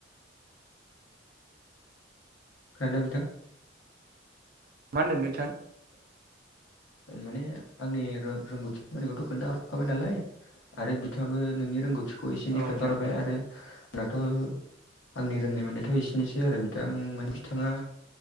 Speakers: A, on the left; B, on the right.
A: खोनादों ना नोंथां?
B: मा होन्दों बिथां?
A: माने आंनि रोंगौथि मानिखौथ' खोन्थाहरखाबाय नालाय आरो बिथाङाबो नोंनि रोंगौथिखौ एसे एनै
B: औ
A: खोन्थाहोबाय
B: बिथां
A: आरो आंनाथ' आंनि रोंनाय मोननायाथ' एसेनोसै आरो बिथां मान बिथाङा